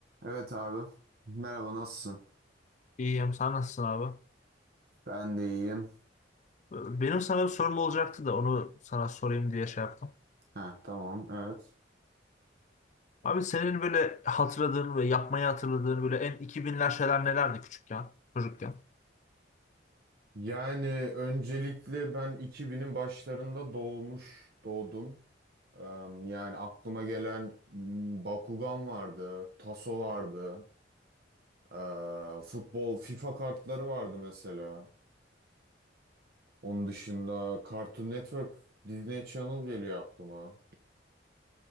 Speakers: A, on the right (about 55°); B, on the left (about 40°).
A: Evet abi. Merhaba nasılsın?
B: İyiyim. Sen nasılsın abi?
A: Ben de iyiyim.
B: Benim sana bir sorum olacaktı da onu sana sorayım diye şey yaptım.
A: Ha tamam evet.
B: Abi senin böyle hatırladığın ve yapmayı hatırladığın böyle en iki binler şeyler nelerdi küçükken, çocukken?
A: Yani öncelikle ben 2000'in başlarında doğmuş, doğdum. Eee, Yani aklıma gelen m, Bakugan vardı, Taso vardı, eee, futbol, FIFA kartları vardı mesela. Onun dışında Cartoon Network, Disney Channel geliyor aklıma.